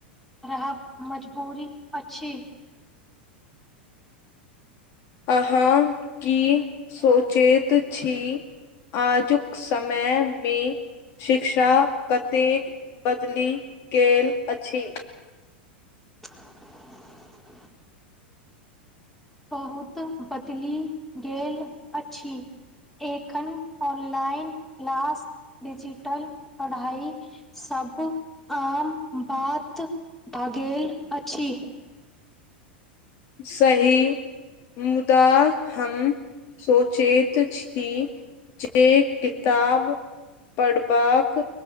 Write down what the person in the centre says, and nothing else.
रह मजबूरी अक्षी
<unintelligible> बहुत बदलि गेल अछि एखन ऑनलाइन क्लास डिजिटल पढ़ाई सभ आम बात भ गेल अछि।